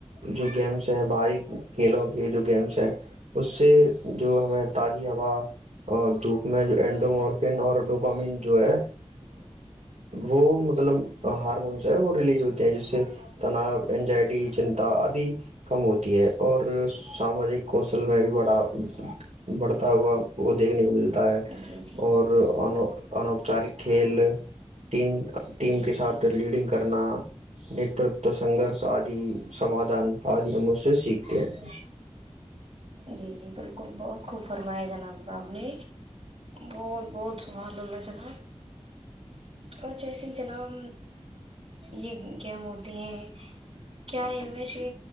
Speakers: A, on the right; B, on the right.
A: جو گیمس ہے باہری کھیلوں کے جو گیمس ہیں اس سے جو ہمیں تازی ہوا دھوپ میں جو اینڈومارفن اور ڈوپامن جو ہے وہ مطلب ہارمونس ہے وہ ریلیز ہوتے ہیں جس سے تناؤ اینجائٹی چنتا آدی کم ہوتی ہے اور ساماجک کو ل میں بھی بڑا بڑھتا ہوا وہ دیکھنے کو ملتا
B: جی جی
A: اور ان انوپچارک کھیل ٹیم ٹیم
B: جی
A: کے ساتھ
B: جی
A: لیڈنگ کرنا نترتو سنگرش آد سمادادھان آد ہم اس سے سیکھتے ہیں
B: جی جی بالکل بہت کو فرمائی جان ب اپ نے بہت بہت سھار ل جن اور جیسے جناب یہ گیم ہوتی <unintelligible> کیا ان میں سے